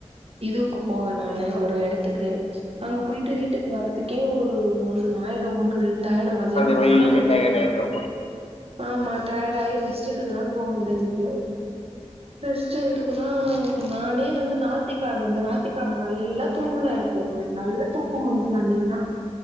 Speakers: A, on the right; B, on the left.
A: இதுவுக்கு போக நானு ஒரு எடத்துக்கு அங்க போய்ட்டு வீட்டுக்கு வரத்துக்கே ஒரு ஒன்னாய்டு ஒன்னு ரெண் டாய்டு மதியானோ
B: அந்த
A: போனனா
B: வெயில்லயே
A: ரெண்டாய்டு
B: டயர்ட் ஆயிடுவா உங்களுக்கு
A: ஆமா டயர்டாயி ரெஸ்ட் எடுக்கதா தோணுது எனக்கு ரெஸ்ட் எடு ஏனா நானே வந்து நாயித்து கெழம இந்த நாயித்திக்கெழம நல்லா தூங்குன <inaudible> நல்ல தூக்கோ வருது அன்னைக்கு தா